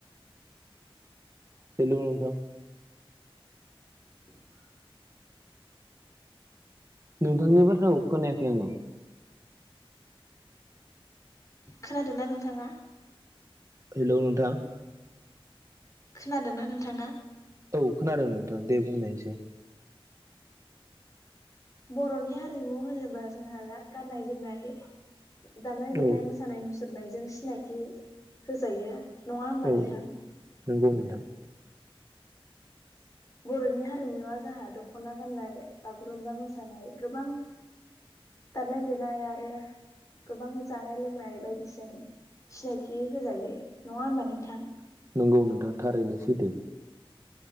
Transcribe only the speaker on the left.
<inaudible>
खोनादोंना नोंथाङा?
खोनादोंना नोंथाङा?
बर'नि हारिमु होनोबा जोंहा दा गाननाय जोमनाय दामनाय देनाय
मोसानाय मुसुरनायजों सिनायथि होजायो। नङा होमबा
नोंथां?
बर'नि हारिमुवा जोंहा दख'ना गाननाय बागुरुम्बा मोसानाय गोबां दामानाय देनाय आरो गोबां जानाय लोंनाय बायदिजों सिनायथि होजायो नङा होमबा नोंथां?